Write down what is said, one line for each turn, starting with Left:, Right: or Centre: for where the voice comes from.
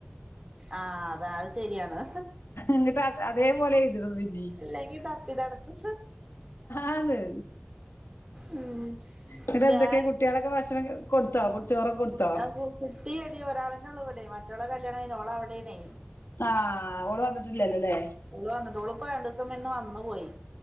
Right: ആഹ് അത് അത് ശരിയാണ്
Left: ഇങ്ങിട്ട് അതേപോലെ എഴുതിടും പിന്നീ
Right: ഇല്ലെങ്കി തപ്പി നടക്കും
Left: ആന്ന്
Right: ഉം
Left: എന്നിട്ട്
Right: ഞാൻ
Left: എന്തൊക്കെയാ കുട്ടികളൊക്കെ ഭക്ഷണം കൊടുത്തോ ചോറൊക്കെ കൊടുത്തോ
Right: ആ കുട്ടിയടി ഒരാളന്നെ ഉള്ളു അവിടെ മറ്റോളെ കല്യാണം കഴിഞ്ഞ് ഓളവിടെയാണേ
Left: ആഹ് ഓള് വന്നിട്ടില്ലല്ലോല്ലേ
Right: ഉ ഓള് വന്നിട്ട് ഓള് പ്പം രണ്ടൂസം മുന്നേ വന്നു പോയി